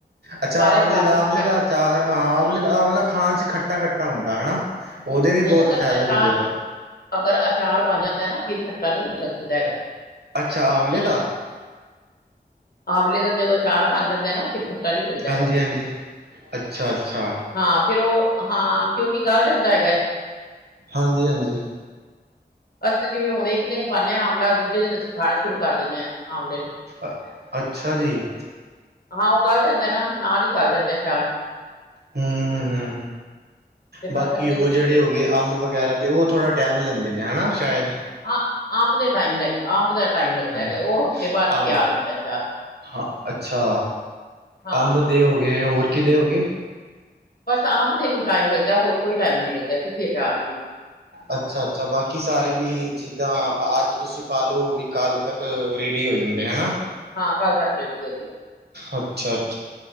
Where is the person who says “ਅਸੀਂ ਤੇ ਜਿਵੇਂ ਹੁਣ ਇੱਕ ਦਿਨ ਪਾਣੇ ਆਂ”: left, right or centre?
Left